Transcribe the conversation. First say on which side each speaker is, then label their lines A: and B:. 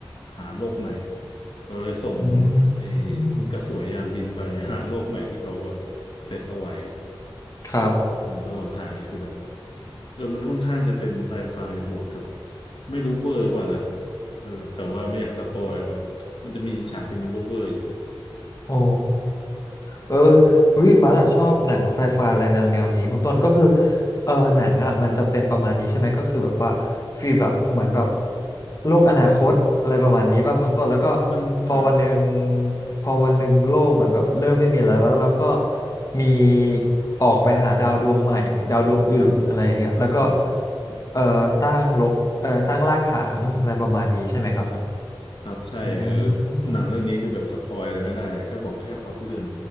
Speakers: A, on the left (about 70°); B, on the left (about 40°).
A: หาโลกใหม่ เราเลยส่ง
B: อืม
A: ไอ้
B: อืม
A: กระสวยยานบินไปหาโลกใหม่ที่เขาแบบเซตเอาไว้
B: ครับ
A: เออระหว่างทางก็คือแบบเออมันค่อนข้างจะเป็นไซไฟบวกกับไม่รู้เวอร์เปล่ะนะเออแต่ว่าไม่อยากสปอยแบบมันจะมีฉากที่มันเวอร์เวอร์อยู่
B: โอ้
A: ครับ
B: เออเฮ้ยบัสอะชอบหนังไซไฟอะไรแนวแนวนี้คุณต้นก็คือเออหนังอะมันจะเป็นประมาณนี้ใช่ไหมก็คือแบบว่าฟีลแบบเหมือนแบบโลกอนาคตอะไรประมาณนี้ป่ะคุณต้นแล้วก็
A: มันครับ
B: พอวันหนึ่งพอวันหนึ่งโลกเหมือนแบบเริ่มไม่มีอะไรแล้วแล้วก็มีออกไปหาดาวดวงใหม่ดาวดวงอื่นอะไรอย่างเงี้ยแล้วก็
A: ครับใช่
B: เออตั้งรกเออตั้งรากฐานอะไรประมาณนี้ใช่ไหมครับ
A: ครับครับใช่เออ
B: อืม
A: หนังเรื่องนี้คือแบบสปอยอะไรไม่ได้เลยก็บอกแค่พล็อตเรื่อง